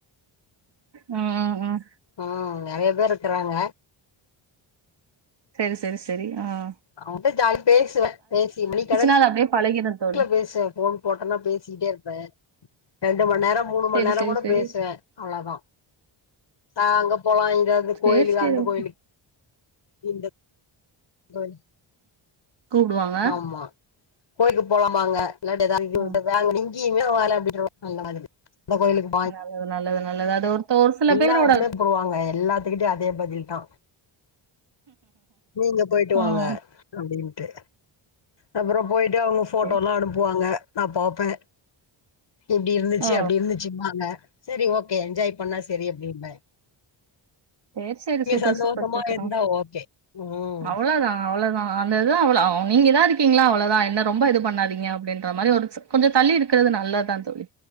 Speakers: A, on the right; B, on the left.
A: ம் ம் ம்
B: உம் நெறைய பேர் இருக்குறாங்க
A: செரி செரி செரி ஆஹ்
B: அவங்கட்ட ஜாலியா பேசுவே பேசி மணி கணக்
A: னா அது அப்படியே பழகிரு தோ
B: குல பேசுவே ஃபோன் போட்டன்னா பேசிட்டே இருப்பே ரெண்டு மண் நேரம் மூனு மண்
A: சரி
B: நேரம்
A: சரி
B: கூட
A: சரி
B: பேசுவே அவ்ளதா சா அங்க போலா இங்க அது
A: சரி
B: கோயிலில
A: சரி
B: அந்த
A: ஓகே
B: கோயிலுக் இந்த கோயில்
A: கூப்டுவாங்க
B: ஆமா கோயில்க் போலாம்பாங்க இல்லாட்டி எதா
A: ம்
B: <inaudible> எங்கேயுமே <unintelligible> அந்த மாதிரி அந்த கோயிலுக்
A: நல்லது நல்லது நல்லது அது ஒரு சில
B: எல்லாத்துமே
A: பேரோட
B: போடுவாங்க எல்லாத்துக்கிட்டயு அதே பதில் தா நீங்க போய்ட்டு
A: ம்
B: வாங்க அப்டின்ட்டு அப்புற போயிட்டு அவங்க ஃபோட்டோலா
A: சரி.
B: அனுப்புவாங்க நா பாப்பே இப்டி இருந்துச்சு
A: ஓ
B: அப்டி இருந்துச்சுபாங்க செரி ஓகே என்ஜாய் பண்ணா செரி அப்டிம்ப
A: சேர் சேரி சூப்பர்
B: சந்தோஷமா
A: சூப்பர் சூப்பரு
B: இருந்தா ஓகே. ம்.
A: அவ்ளோதா அவ்ளோதா அந்த இது அவ்வள அவ நீங்க இதா இருக்கீங்களா அவ்ளோதா என்ன ரொம்ப இது பண்ணாதீங்க அப்படின்ற மாரி ஒரு ச கொஞ்ச தள்ளி இருக்குறது நல்லதுதா தோழி